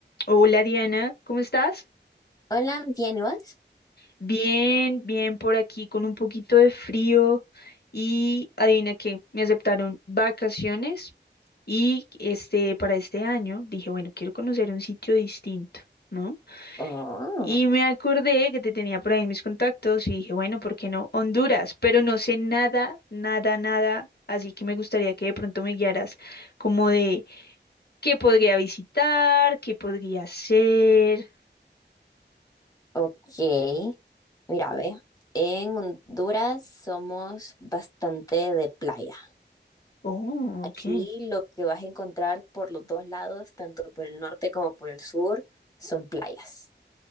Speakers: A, on the left (about 60°); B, on the left (about 20°).
A: Hola Diana, ¿cómo estás?
B: Hola, ¿bien y vos?
A: Bien, bien por aquí con un poquito de frío y adivina qué, me aceptaron vacaciones y este para este año dije, bueno, quiero conocer un sitio distinto, ¿no?
B: Oh,
A: Y me acordé que te tenía por ahí mis contactos y dije, bueno, ¿por qué no Honduras? Pero no sé nada, nada, nada, así que me gustaría que de pronto me guiaras como de qué podría visitar, qué podría hacer.
B: ok. Mira, ve, en Honduras somos bastante de playa.
A: Oh,
B: Aquí
A: ok.
B: lo que vas a encontrar por los dos lados, tanto por el norte como por el sur, son playas.